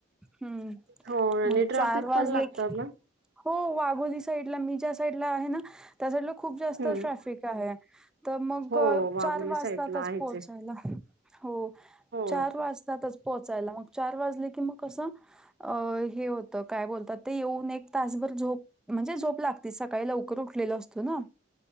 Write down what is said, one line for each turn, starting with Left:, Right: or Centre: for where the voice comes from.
Centre: हम्म
Right: हो आणि
Centre: मग
Right: ट्राफिक
Centre: चार वाजले
Right: पण लागतात
Centre: कि
Right: ना
Centre: हो वाघोली साईडला मी ज्या साईडला आहे ना त्या साईडला खूप जास्त
Right: हम्म
Centre: सॅफिक आहे. तर मग
Right: हो वाघोली
Centre: चार वाजतातच
Right: साईड ला आहेच
Centre: पोहोचायला,
Right: आहे
Centre: हो
Right: हो
Centre: चार वाज तातच पोहोचायला मग चार वाजले की मग कसं अ हे होत काय बोलतात ते येऊन एक तासभर झोप म्हणजे झोप लागतीच सकाळी लवकर उठलेलो असतो ना.